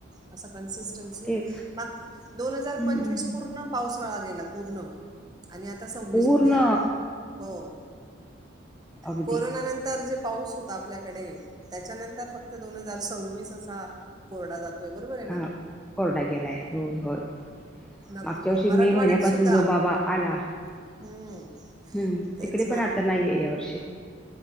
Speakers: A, on the right; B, in the centre.
A: अस कनसि्
B: तेच
A: दोन हजार
B: हम्म
A: पंचस पूर्ण पावसाळा गेला पूर्ण आणि आता सव्वीस
B: पूर्ण
A: मध्ये हो
B: अगदी
A: कोरोना नंतर तर जे पाऊस होता आपल्याकडे त्याच्यानंतर फक्त दोन हजार सव्वीस असा कोरडा जातो तय बरोबर आहे ना
B: हा कोरडा गेलाय हो हो
A: नक
B: मागच्या
A: म्हणजे
B: वर्षी
A: मराठवाड्यात
B: मे महिन्यापासून
A: सुद्धा
B: जो बाबा आला
A: हम्म
B: हम्म
A: तेच
B: तिकडे
A: ना
B: पण आता नाहीये या वर्षी